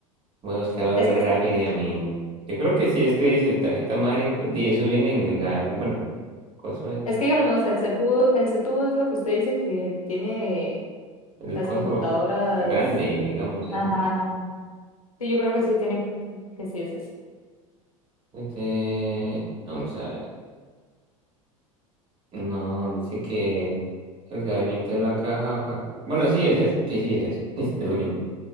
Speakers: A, on the right (about 30°); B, on the left (about 80°).
A: Voy a buscarlo
B: Es que,
A: rápidamente. Yo creo que sí es que dice tarjeta madre. inco- di, Eso viene en el. ga- Bueno, coso ese,
B: es que digamos, el CPU, el CPU es lo que usted dice que tiene
A: El
B: las
A: coso
B: computadoras.
A: grande, digamos. El,
B: Ajá, ajá, ajá. Sí, yo creo que sí tiene que que sí es ese.
A: este, vamos a ver. No, dice que el gabinete de la caja o car- Bueno, sí es ese. Sí, sí es eso. <laughs> Es lo mismo. O